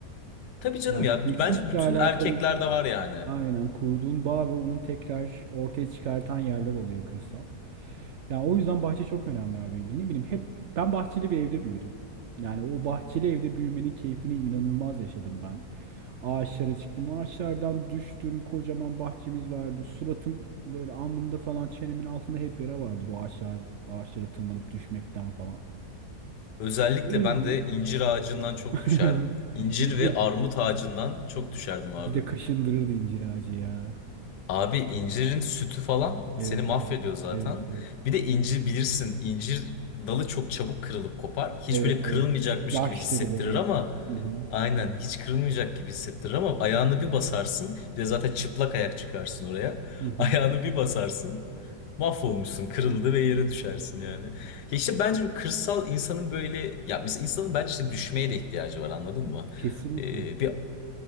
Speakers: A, on the left (about 80°); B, on the right (about 75°).
A: Tabii canım
B: Yani
A: ya.
B: geçmişle
A: b- Bence bütün
B: alakalı
A: erkeklerde var yani.
B: Aynen kurduğun bağ ve onun tekrar ortaya çıkartan yerler oluyor kırsal. Ya o yüzden bahçe çok önemli abi. Ne bileyim hep ben bahçeli bir evde büyüdüm. Yani o bahçeli evde büyümenin keyfini inanılmaz yaşadım ben. Ağaçlara çıktım, ağaçlardan düştüm. Kocaman bahçemiz vardı. Suratım böyle alnımda falan çenemin altında hep yara vardır o ağaçlar ağaçlara tırmanıp düşmekten falan.
A: Özellikle
B: O yüzden
A: ben de incir ağacından çok
B: <laughs>
A: düşerdim. İncir
B: incir
A: ve armut ağacından çok düşerdim abi.
B: bir de kaşındırırdı incir ağacı ya.
A: Abi incirin sütü falan
B: Evet
A: seni mahvediyor
B: evet.
A: zaten.
B: Evet evet.
A: Bir de incir bilirsin incir dalı çok çabuk kırılıp kopar. Hiç
B: Evet
A: böyle kırılmayacakmış
B: evet. Yaşları
A: gibi hissettirir
B: böyle.
A: ama
B: Hı hı.
A: aynen hiç kırılmayacak gibi hissettirir ama ayağını bir basarsın bir de zaten çıplak ayak çıkarsın oraya.
B: Hı
A: <laughs>
B: hı.
A: Ayağını bir basarsın mahvolmuşsun kırıldı ve yere düşersin yani. Ya işte bence bir kırsal insanın böyle ya mesela insanın bence işte düşmeye de ihtiyacı var anladın mı?
B: Kesinlikle.
A: Ee, bir